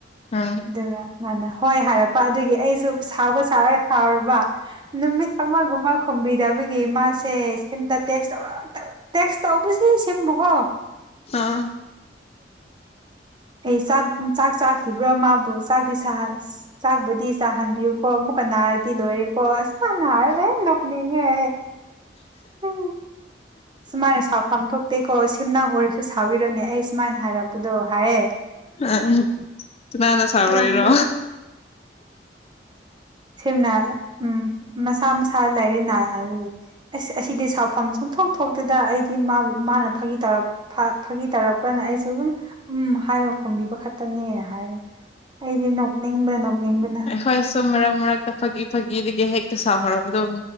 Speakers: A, on the left; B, on the right.
A: ꯑꯥ
B: ꯑꯗꯨꯗꯒ ꯉꯅ ꯍꯣꯏ ꯍꯥꯏꯔꯛꯄ ꯑꯗꯨꯒꯤ ꯑꯩ ꯁꯥꯎꯕ ꯁꯥꯎꯔꯒ ꯁꯥꯎꯔꯕ ꯅꯨꯃꯤꯠ ꯑꯃꯒꯨꯝꯕ ꯈꯣꯨꯝꯕꯤꯗꯕꯒꯤ ꯃꯥꯁꯦ ꯁꯝꯗ ꯇꯦꯛꯁ ꯇ ꯇꯦꯛꯁ ꯇꯧꯕꯁꯤ ꯁꯦꯝꯕꯨꯀꯣ
A: ꯑꯥ
B: ꯑꯦ ꯆꯥꯛ ꯆꯥꯛ ꯆꯥꯛ ꯆꯈꯤꯕ꯭ꯔꯣ ꯃꯥꯕꯨ ꯆꯥꯛꯇꯤ ꯆꯥꯛꯕꯨꯗꯤ ꯆꯥꯍꯟꯕꯤꯌꯨ ꯑꯃꯨꯛꯀ ꯅꯥꯔꯗꯤ ꯂꯣꯏꯔꯦꯀꯣ ꯑꯁ ꯅꯥꯔ ꯂ ꯅꯣꯛꯅꯤꯡꯉꯦ ꯎ ꯁꯨꯃꯥꯏꯅ ꯁꯥꯎꯐꯝ ꯊꯣꯛꯇꯦꯀꯣ ꯁꯦꯝꯅꯥꯡ ꯑꯣꯏꯔꯁꯨ ꯁꯥꯎꯔꯅꯦ ꯑꯩ ꯁꯨꯃꯥꯏꯅ ꯍꯥꯏꯔꯛꯄꯗꯣ ꯍꯥꯏꯌꯦ
A: ꯑ ꯀꯨꯅꯥꯅ ꯆꯥꯎꯥꯎꯔꯣꯏꯔꯣ
B: ꯌꯥꯝ ꯅꯣꯛ ꯁꯦꯝꯝꯅ ꯎꯝ ꯃꯁꯥ ꯃꯁꯥ ꯂꯥꯏꯔꯤ ꯅꯥ ꯍꯥꯏꯕꯒꯤ ꯑꯁ ꯑꯁꯤꯗꯤ ꯁꯥꯐꯝ ꯆꯨꯝ ꯊꯣꯛ ꯊꯣꯛꯇꯨꯗ ꯑꯩꯗꯤꯕꯨ ꯃꯥꯅ ꯐꯥꯒꯤ ꯇꯧꯔ ꯐꯥꯒꯤ ꯇꯧꯔꯛꯄꯅ ꯑꯩꯁꯨ ꯑꯗꯨꯝ ꯎ ꯍꯥꯏꯕ ꯈꯣꯝꯕꯤꯕ ꯈꯛꯇꯅꯦꯅ ꯍꯥꯏꯔꯦ ꯑꯩꯗꯤ ꯅꯣꯛꯅꯤꯡꯕꯅ ꯅꯣꯛꯅꯤꯡꯕꯅ
A: ꯑꯩꯈꯣꯏ ꯁꯨꯝ ꯃꯔꯛ ꯃꯔꯛꯇ ꯐꯥꯒꯤ ꯐꯥꯒꯤꯗꯒꯤ ꯍꯦꯛ ꯁꯐꯂꯕꯗ